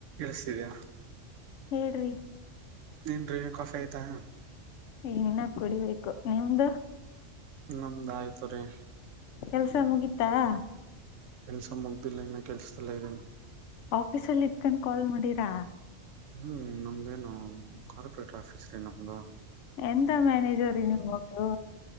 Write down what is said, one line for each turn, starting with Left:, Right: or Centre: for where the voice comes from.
Right: ಕೇಳುತ್ತಿದ್ದೀಯಾ? <inaudible>
Left: ಹೇಳ್ರಿ
Right: ಏನ್ರಿ, ಕಾಫೀ, ಆಯ್ತಾ? <inaudible>
Left: ಇನ್ನ, ಕುಡಿಬೇಕು ನಿಮ್ದ. <inaudible>
Right: ನಮ್ದಾಯ್ತು, ರಿ.. <inaudible>
Left: ಕೆಲ್ಸ, ಮುಗೀತಾ. <inaudible>
Right: ಕೆಲ್ಸ ಮುಗ್ದಿಲ್ಲ ಈಗನ ಕೆಲ್ಸ್ದಲ್ಲ ಇದ್ದೀನಿ
Left: ಆಫೀಸಲ್ಲಿ, ಇಟ್ಕಂಡು ಕಾಲ್ ಮಾಡೀರಾ! <inaudible>
Right: ಹ್ಮ್ ನಮ್ದೇನು ಕಾರ್ಪೊರೇಟ್ ಆಫೀಸ್ನಾ ಬ್ರೋ.
Left: ಎಂತ ಮ್ಯಾನೇಜರಿ ನೀವೊಬ್ರು.